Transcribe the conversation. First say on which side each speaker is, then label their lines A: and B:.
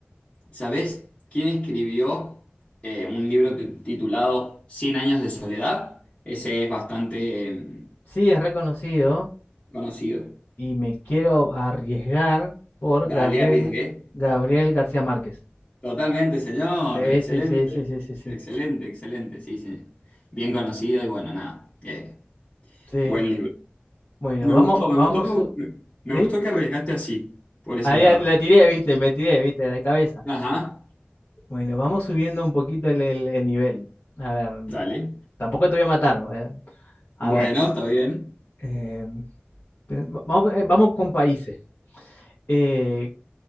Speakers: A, on the left; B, on the left.
A: ¿sabés quién escribió eh, un libro ti- titulado Cien años de soledad? Ese es bastante eh,
B: Sí, es reconocido
A: conocido.
B: y me quiero arriesgar por
A: Dale,
B: Gabriel,
A: arriesgué.
B: Gabriel García Márquez.
A: Totalmente, señor.
B: Sí,
A: Excelente.
B: sí, sí, sí, sí, sí, sí.
A: Excelente, excelente. Sí, sí. Bien conocido y bueno, nada. eh,
B: Sí,
A: buen libro.
B: bueno,
A: Me
B: vamos,
A: gustó, me
B: vamos,
A: gustó, me me
B: ¿sí?
A: gustó que arriesgaste así, por ese
B: Ahí
A: lado.
B: la tiré, viste, me tiré, viste, de la cabeza.
A: Ajá.
B: Bueno, vamos subiendo un poquito el, el- el nivel. A ver,
A: Dale.
B: tampoco te voy a matar. eh. A
A: Bueno,
B: ver.
A: está bien.
B: eh, Pe- Vamos, eh, vamos con países. Eh,